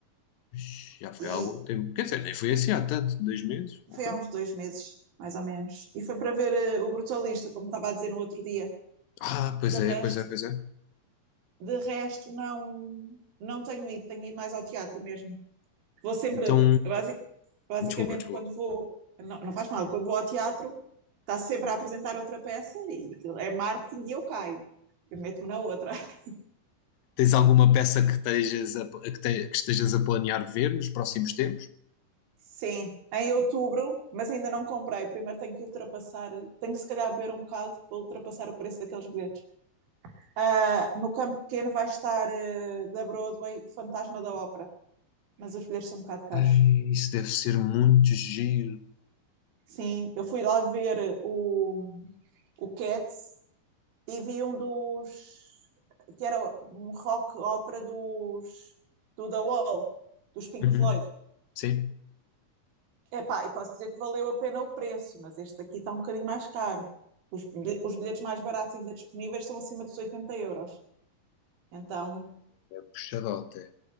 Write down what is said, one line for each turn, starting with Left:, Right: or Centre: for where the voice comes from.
Left: Ixi, Já foi
Right: E
Left: há algum tempo. Quer dizer, nem foi assim há tanto, dois meses. Ok.
Right: foi há uns dois meses, mais ou menos. E foi para ver uh, o Brutalista, como estava a dizer no outro dia.
Left: Ah, pois
Right: De resto,
Left: é, pois é, pois é.
Right: de resto não, não tenho ido, tenho ido mais ao teatro mesmo. Vou sempre,
Left: Então.
Right: porque basic, basicamente
Left: Desculpa, desculpa.
Right: quando vou, não, não faz mal, quando vou ao teatro, está sempre a apresentar outra peça e é marketing e eu caio. Eu meto-me na outra. <laughs>
Left: Tens alguma peça que estejas a, que te- que estejas a planear ver nos próximos tempos?
Right: Sim, em outubro, mas ainda não comprei. Primeiro tenho que ultrapassar, tenho que se calhar beber um bocado para ultrapassar o preço daqueles bilhetes. Ah, no campo pequeno vai estar ah, da Broadway o Fantasma da Ópera, mas os bilhetes são um bocado caros.
Left: Ai, isso deve ser muito giro.
Right: Sim, eu fui lá ver o, o Cats e vi um dos que era um rock ópera dos do The Wall, dos Pink
Left: Uhum.
Right: Floyd.
Left: Sim.
Right: Epá, e posso dizer que valeu a pena o preço, mas este aqui está um bocadinho mais caro. Os, os bilhetes mais baratos ainda disponíveis são acima dos 80 euros. Então,
Left: Puxado até.